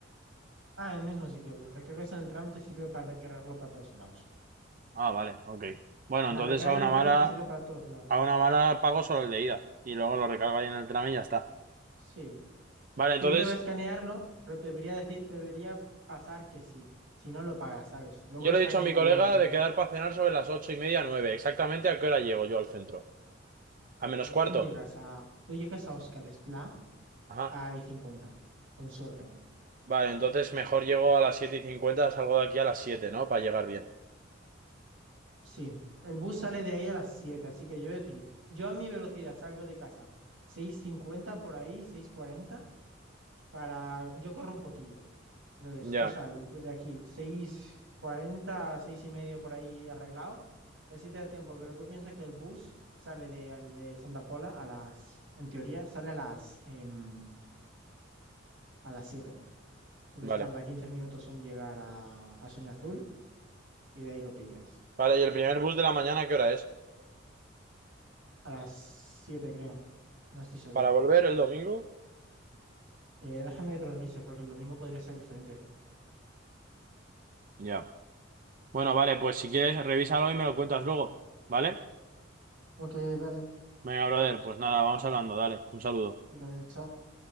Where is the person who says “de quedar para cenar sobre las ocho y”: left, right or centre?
Right